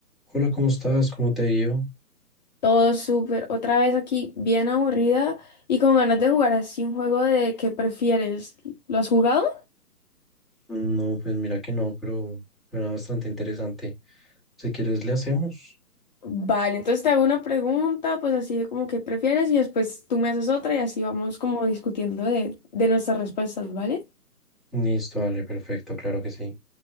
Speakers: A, in the centre; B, on the left.
A: Hola, ¿cómo estás? ¿Cómo te ha ido?
B: Todo súper. Otra vez aquí, bien aburrida y con ganas de jugar así un juego de qué prefieres. ¿Lo has jugado?
A: No, pues mira que no, pero era bastante interesante. Si quieres, le hacemos.
B: Vale, entonces te hago una pregunta, pues así de como qué prefieres y después tú me haces otra y así vamos como discutiendo de, de nuestras respuestas, ¿vale?
A: Listo, vale, perfecto, claro que sí.